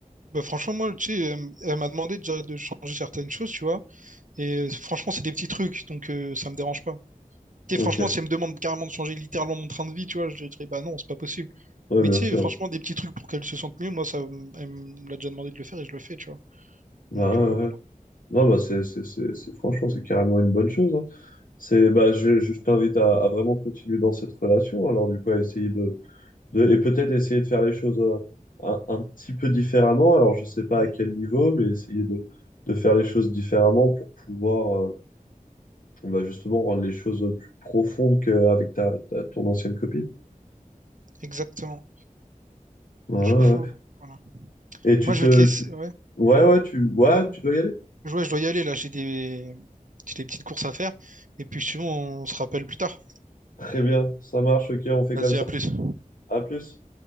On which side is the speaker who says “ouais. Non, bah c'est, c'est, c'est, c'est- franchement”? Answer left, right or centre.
Left